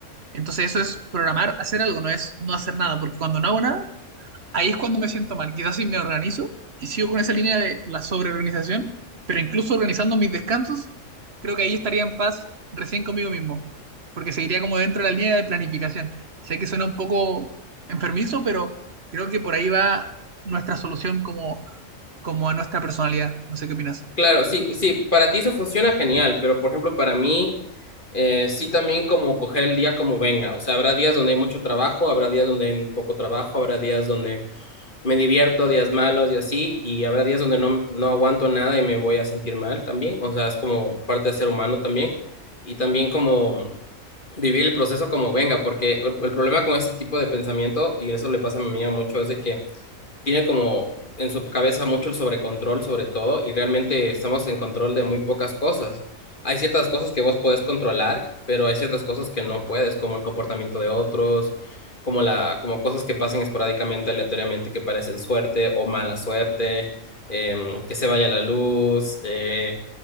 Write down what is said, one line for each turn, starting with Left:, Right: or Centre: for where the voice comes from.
Right: Entonces eso es programar hacer algo, no es no hacer nada, porque cuando no hago nada, ahí es cuando me siento mal. Quizás si me organizo y sigo con esa línea de la sobreorganización, pero incluso organizando mis descansos, creo que ahí estaría en paz recién conmigo mismo, porque seguiría como dentro de la línea de planificación. Sé que suena un poco enfermizo, pero creo que por ahí va nuestra solución como, como a nuestra personalidad. No sé qué opinas.
Left: Claro, sí, sí, para ti eso funciona genial, pero por ejemplo, para mí, eh, sí también como coger el día como venga, o sea, habrá días donde hay mucho trabajo, habrá días donde hay poco trabajo, habrá días donde me divierto, días malos y así, y habrá días donde no, no aguanto nada y me voy a sentir mal también, o sea, es como parte de ser humano también, y también como vivir el proceso como venga, porque el, el problema con ese tipo de pensamiento, y eso le pasa a mi amiga mucho, es de que tiene como en su cabeza mucho el sobrecontrol sobre todo y realmente estamos en control de muy pocas cosas. Hay ciertas cosas que vos podés controlar, pero hay ciertas cosas que no puedes, como el comportamiento de otros, como la, como cosas que pasen esporádicamente, aleatoriamente, que parecen suerte o mala suerte, em, que se vaya la luz, eh,